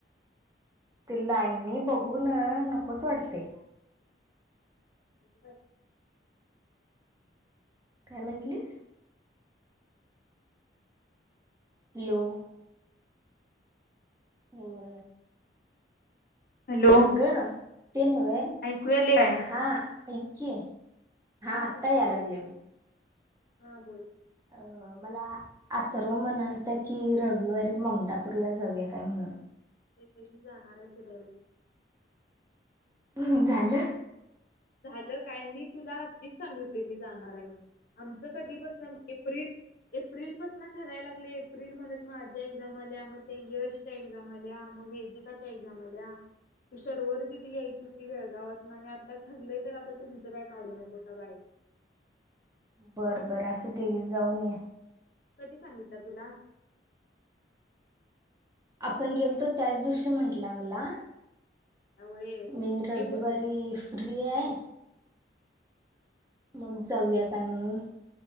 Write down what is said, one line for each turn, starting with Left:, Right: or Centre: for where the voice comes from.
Right: ते
Left: हम्म
Right: लाईनी ब हो.. ना.. नकोच वाटतय?
Left: डिजिटल
Right: काय म्हंटलीस? हॅलो <unintelligible> हो <unintelligible>
Left: हॅलो.
Right: अगं ते नव
Left: ऐकू यायलय काय?
Right: हा ऐक की
Left: हा
Right: आत्ता
Left: बोल की
Right: याय लागले बघ
Left: हा बोल
Right: अ मला आथर्व म्हणालत की रविवारी ममतापूरला जाऊया काय म्हणून?
Left: ते प मी जाणार आहे शिरोळ ला.
Right: हम झालं.
Left: झालं काय मी तुला आधीच सांगितलोय मी जाणार आहे म्हणून आमचं कधी पसन एप्रिल एप्रिल पासन ठराय लागलय एप्रिलमध्ये माझ्या एक्झाम आल्या मग त्या यशच्या एक्झाम आल्या मग वेदीक च्या एक्साम आल्या ती शर्वरी दिदी यायची होती बेळगावासन आणि आता ठरलंय तर आता तुमचं काय काढू नकोसा बाय.
Right: बरं बरं असुदे गे जाऊन ये.
Left: कधी सांगितलं तुला?
Right: आपण गेलतो त्याच दिवशी म्हटला मला
Left: आवय
Right: मी रविवारी
Left: म
Right: फ्री आहे. मग जाऊया काय म्हणून